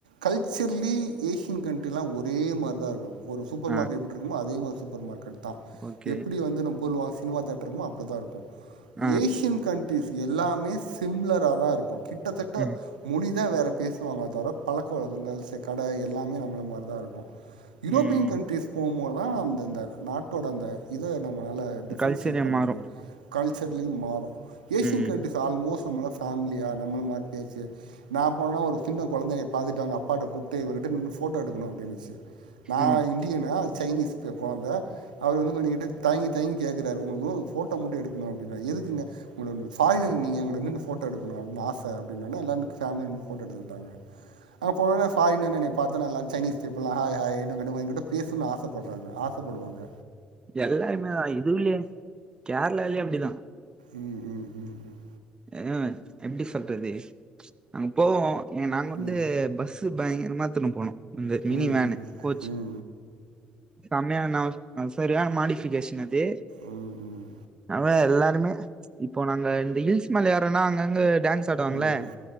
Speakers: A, on the right; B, on the right.
A: கல்ச்சரலி ஏஷியன் கண்ட்ரிலாம் ஒரே மாரி தான் இருக்கும் ஒரு சூப்பர்
B: ஆ,
A: மார்க்கெட் எப்டி இருக்குமோ அதே மார் சூப்பர் மார்க் கெட் தான்
B: ஓகே.
A: எப்டி வந்து நம் பொருள் வாசி சினிமா தியேட்டரும் அப்டி தான் இருக்கும்
B: ஆ,
A: ஏஷியன் கண்ட் டிஷ் எல்லாமே சிம்ளரா தான் இருக்கும் கிட் கிட்டத்தட்ட
B: ம்.
A: முடி இதான் வேற பேசுவாங்க தவிர பழக்கவழக்கங்கள் செ கடை எல்லாமே நம்மள மாரிதான் இருக்கும் யூரோப்பியன்
B: ம்.
A: கண்ட்ரிஸ் போம்மோ வாம் இந்த நாட்டோடந்த இது நம்மளால டிபரன்சியேட்
B: கல்ச்சரே
A: பண்ண
B: மாறும்.
A: முடியும் கல்ச் ச்சர்லி மாறும் ஏசியன்
B: ம்.
A: கண்ட்ரிஸ் ஆல்மோஸ்ட் மள பேமிலியா நம்மள மாதிரி பேச்சு நான் போனனா ஒரு சின்ன குழந்த என்னைய பார்த்துட்டு அங்க அப்பாட்ட கூப்டு இவர்கிட்ட நின்னு ஃபோட்டோ எடுக்கணும் அப்படின்னுச்சு நான்
B: ம்.
A: இந்தியணு அது சைனீஸ் வந்தார் அவர் வந்து சொன்னிக்கிட்டு தயங்கி தயங்கி கேட்க சார் உங்க கூட நின்னு போட்டோ மட்டும் எடுக்கணும் அப்டின்னாரு எதுக்குங்க உங்கள ஃபாரினர் நீங்க நின்னு போட்டோ எடுக்கணும் அப்படின் ஆச அப்படின்நோனே எல்லாரும் ஃபேமிலியா நின்னு போட்டோ எடுத்துக்கிட்டாங்க அங்க போனேன் ஃபாரினர் என்ன நி பாத்தோன எல்லாம் சைனீஸ் பீப்பிலா ஹா ஹாய் ஹாய் <unintelligible> என்கூட பேசும்னு ஆசைப்பட் <inaudible> ஆசப்படுவாங்க
B: எல்லாருமே தான் இதும் இல்லையே கேரளால்லே அப்டிதான்
A: உம் உம் உம் உம்
B: ஆஹ் எப்டி சொல்றது அங்க போவோம் ஏ நாங்க வந்து
A: ம் ம்
B: பஸ் பயங்கரமாத்துன்னு போனோம் இந்த மினி
A: ம் ம் ம்
B: வேனு கோச்
A: ம் ம் ம்
B: சமையான ஆஹ் செ ன மாடிபிகேஷன் இது
A: ம் ம் ம்
B: அவ எல்லார் மே இப்போ நாங்க இந்த ஈல்ஸ் மலையாரம்னா அங்கங்க டான்ஸ் ஆடுவாங்கள
A: ம்